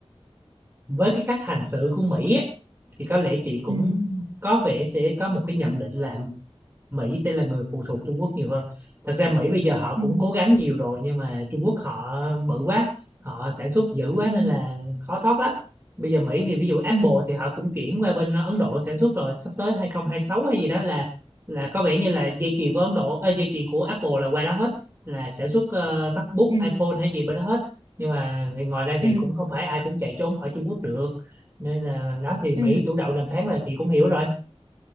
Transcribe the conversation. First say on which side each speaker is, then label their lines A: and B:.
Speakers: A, on the right (about 25°); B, on the right (about 45°).
A: với cái cách hành xử của Mỹ á, thì có lẽ chị cũng
B: ừ
A: có vẻ sẽ có một cái nhận định là Mỹ sẽ là người phụ thuộc Trung Quốc nhiều hơn. Thật ra Mỹ bây giờ họ
B: ừ
A: cũng cố gắng nhiều rồi nhưng mà Trung Quốc họ bự quá, họ sản xuất dữ quá
B: ừ
A: nên là khó thoát lắm. Bây giờ Mỹ thì ví dụ Apple
B: ừ
A: thì họ cũng chuyển qua bên Ấn Độ sản xuất rồi, sắp tới 2026 hay gì đó là là có vẻ như là dây chuyền của Ấn Độ, ờ, dây chuyền của Apple là qua đó hết, là sản xuất ờ, MacBook,
B: ừ
A: iPhone hay gì bên đó hết. Nhưng mà ngoài ra
B: ừ
A: thì cũng không phải ai cũng chạy trốn khỏi Trung Quốc được. Nên là đó thì Mỹ
B: ừ
A: chủ động đàm phán là chị cũng hiểu rồi.